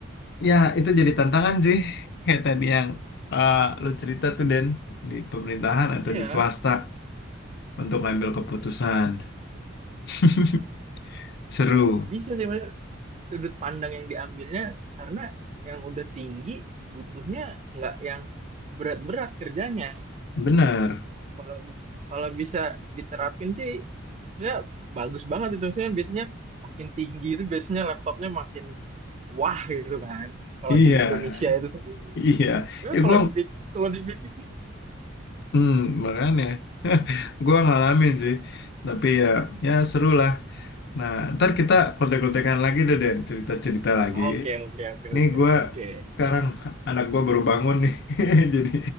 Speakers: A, on the left (about 60°); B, on the right (about 35°).
A: ya itu jadi tantangan sih <laughs> kayak tadi yang eh, lu cerita tuh Den di pemerintahan atau
B: Iya,
A: di swasta untuk ngambil keputusan. <laughs> Seru.
B: bi- bisa sih mas sudut pandang yang diambilnya karena yang udah tinggi butuhnya nggak yang berat-berat kerjanya.
A: Bener.
B: Kalau kalau bisa diterapin sih ya bagus banget itu. Saya biasanya makin tinggi itu biasanya laptopnya makin wah gitu kan. Kalau
A: Iya.
B: di Indonesia itu sendiri.
A: Iya.
B: Ya,
A: Ya
B: kalau
A: gua
B: dipikir kalau dipikir
A: Hmm, makanya <laughs> gua ngalamin sih, tapi ya ya seru lah. Nah, ntar kita kontek-kontekan lagi deh Den, cerita-cerita lagi.
B: oke oke oke
A: Nih
B: oke
A: gua
B: oke.
A: sekarang anak gua baru bangun nih, <laughs> jadi